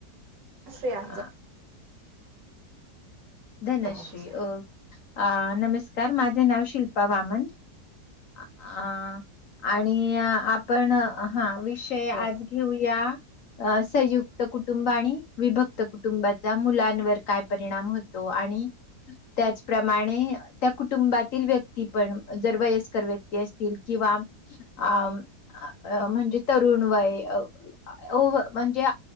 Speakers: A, on the right; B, on the left.
A: असे
B: अं,
A: आहे
B: धनश्री
A: ऑफिस
B: ओ आ नमस्कार माझं नाव शिल्पा वामन अ आणि आपण हा विषय
A: हो
B: आज ठिऊया अ संयुक्त कुटुंब आणि विभक्त कुटुंबाचा मुलांवर काय परिणाम होत तो आणि त्याचप्रमाणे त्या कुटुंबातील व्यक्ती पण जर वयस कर व्यक्ती असतील किंवा आम अ... म्हणजे तरुण वय ओ म्हणजे